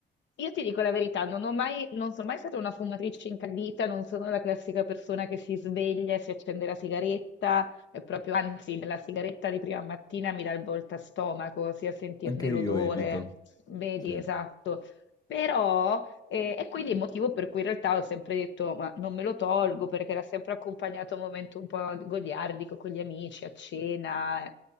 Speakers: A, on the left (about 65°); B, on the left (about 20°).
A: Io ti dico la verità, non ho mai, non sono mai stata una fumatrice incallita, non sono la classica persona che si sveglia, e si accende la sigaretta, è proprio, anzi, la sigaretta di prima mattina mi dà il volta stomaco, sia sentirne
B: anche io
A: l'odore,
B: evito,
A: vedi,
B: sì,
A: esatto. Però, eh, e quindi il motivo per cui in realtà ho sempre detto, ma non me lo tolgo perché era sempre accompagnato a un momento un po' goliardico con gli amici, a cena.